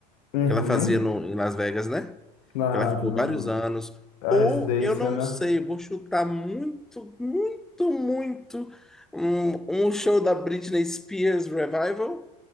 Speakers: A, on the left (about 75°); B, in the centre.
A: uhum.
B: que ela fazia no, em Las Vegas, né?
A: Na,
B: Que ela ficou
A: na
B: vários anos.
A: a
B: Ou
A: residência,
B: eu não
A: né?
B: sei, vou chutar muito, muito, muito um, um show da Britney Spears Revival,